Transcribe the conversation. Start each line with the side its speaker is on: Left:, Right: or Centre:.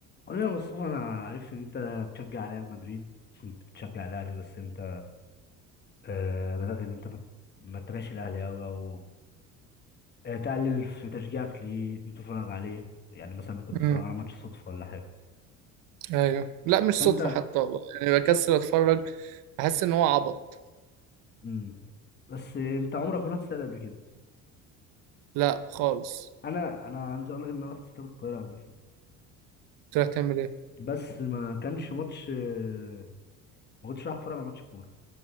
Left: قول لي يا مصطفى انا عرفت ان انت بتشجع ريال مدريد كنت بتشجع الاهلي بس انت آه بدأت ان انت ما ما تتابعش الاهلي قوي او آه تقلل في تشجيعك ليه إن أنت تتفرج عليه يعني مثلا ممكن تتفرج
Right: امم
Left: على ماتش صدفة ولا حاجة
Right: ايوه لا مش
Left: فانت
Right: صدفة حتى والله يعني بكسل اتفرج بحس ان هو عبط
Left: مم. بس انت عمرك ما رحت استاد قبل كده
Right: لا خالص
Left: انا انا عايز اقول لك ان انا رحت استاد القاهرة قبل كده
Right: كنت رايح تعمل ايه
Left: بس ما كانش ماتش آه، ما كنتش رايح اتفرج على ماتش كورة